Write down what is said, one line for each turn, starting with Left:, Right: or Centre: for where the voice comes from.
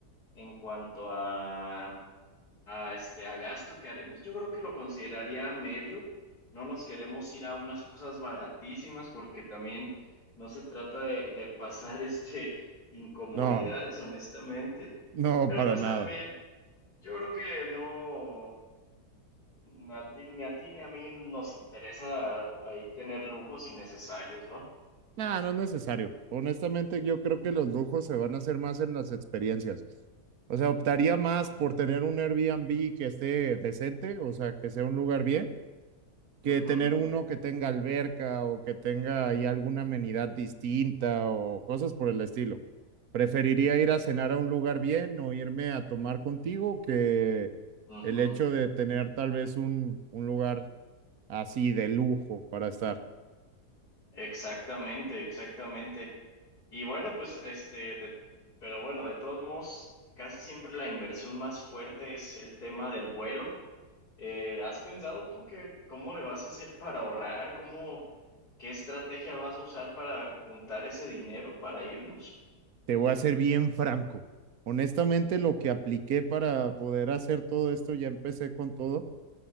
Left: en cuanto a a, este, a gasto que haremos, yo creo que lo consideraría medio. No nos queremos ir a unas cosas baratísimas porque también no se trata de, de pasar <laughs> este, incomodidades,
Right: No,
Left: honestamente.
Right: no,
Left: Pero
Right: para
Left: pues
Right: nada.
Left: también, yo creo que no, n- a ti- ni a ti ni a mí nos interesa ahí tener lujos innecesarios, ¿no?
Right: No, no es necesario. Honestamente, yo creo que los lujos se van a hacer más en las experiencias. O sea, optaría más
Left: Sí.
Right: por tener un Airbnb que esté decente, o sea, que sea un lugar bien que
Left: Ujú,
Right: tener uno que tenga alberca o que tenga ahí alguna amenidad distinta o cosas por el estilo. Preferiría ir a cenar a un lugar bien o irme a tomar contigo que
Left: ujú.
Right: el hecho de tener tal vez un, un lugar así de lujo para estar.
Left: Exactamente, exactamente. Y bueno, pues este, de- pero bueno, de todos modos, casi siempre la inversión más fuerte es el tema del vuelo. Eh, ¿has pensado tú que cómo le vas a hacer para ahorrar? ¿Cómo, qué estrategia vas a usar para juntar ese dinero para irnos?
Right: Te voy a ser bien franco. Honestamente, lo que apliqué para poder hacer todo esto, ya empecé con todo,